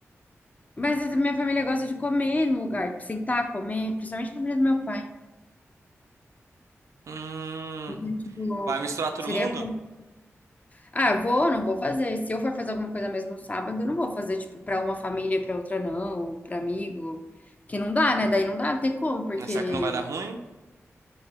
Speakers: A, on the left (about 30°); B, on the right (about 75°).
A: Mas a minha família gosta de comer no lugar, tipo, sentar, comer, principalmente a família do meu pai.
B: Hum.
A: Então, tipo,
B: Vai misturar todo
A: seria
B: mundo?
A: bom. Ah, eu vou, não vou fazer. Se eu for fazer alguma coisa mesmo no sábado, eu não vou fazer, tipo, pra uma família e pra outra não, pra amigo. Que não dá, né? Daí não dá, não tem como, porque.
B: Né, Será que não vai dar ruim?